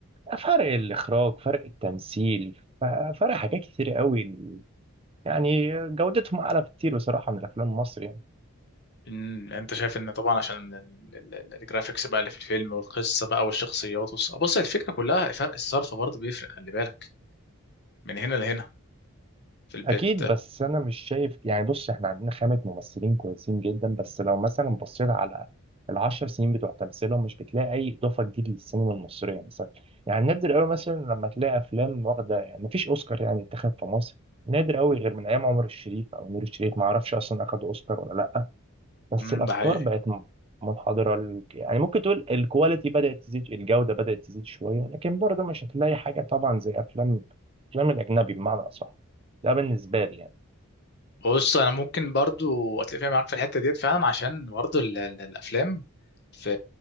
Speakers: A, on the right; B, on the left.
A: فرق الإخراج فرق التمثيل ف- فرق حاجات كتير قوي يعني جودتهم أعلى بكتير بصراحة من الأفلام المصري يعني
B: إن انت شايف ان طبعا عشان ال- ال- ال- الجرافيكس بقى اللي في الفيلم والقصه بقى والشخصيات والص... بص الفكره كلها فرق الصرف برضه بيفرق خلي بالك من هنا لهنا في البيت
A: اكيد بس انا مش شايف يعني بص احنا عندنا خامة ممثلين كويسين جدا بس لو مثلا بصيت على العشر سنين بتوع تمثيلهم مش بتلاقي اي اضافه جديده للسينما المصريه مثلا يعني نادر قوي مثلا لما تلاقي افلام واخده مفيش اوسكار يعني اتخذ في مصر نادر قوي غير من ايام عمر الشريف او نور الشريف ما اعرفش اصلا اخد اوسكار ولا لا بس
B: امم
A: الافكار
B: ده حقيقي
A: بقت م- منحدره ال- يعني ممكن تقول الكواليتي بدات تزيد الجوده بدات تزيد شويه لكن برضه مش هتلاقي حاجه طبعا زي افلام الافلام الاجنبي بمعنى اصح ده بالنسبه لي يعني.
B: بص انا ممكن برضو اتفق معاك في الحته ديت فعلا عشان برضو ال- ال- الافلام في